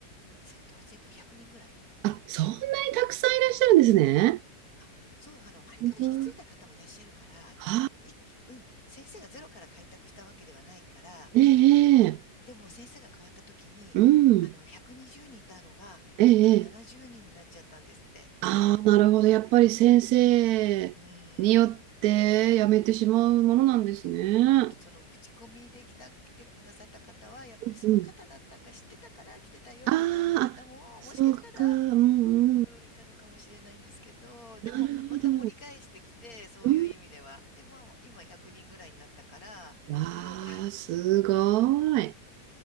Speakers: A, on the left (about 55°); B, on the right (about 70°).
A: 生徒は全部で100人ぐらい。
B: あ、そんなにたくさんいらっしゃるんですね。
A: あ、そう、あの、前から引き継いだ方もいらっしゃるから、
B: すごいあ、
A: 一気、うん、先生がゼロから開拓したわけではないから、
B: ええええ
A: うん、でも先生が変わった時に、
B: うん、
A: あの、120人いたのが、一気に70人にんになっちゃったんですって。
B: ええええああ、なるほど。やっぱり先生によってやめてしまうものなんですね。
A: うん。あと、その、口コミで来た、来てくださった方は、やっぱりその方だったか知ってたから来てたよ、
B: うん。あ
A: みたいな方も、
B: あ、そうか。
A: もしかしたら
B: うんうん。
A: うんいたのかもしれないんですけど、でもまた盛り返してきて、
B: なるほど。
A: そういう意味では。
B: うん。
A: で、まあ今100人ぐらいになったから、
B: わあ、
A: うん。
B: すごい。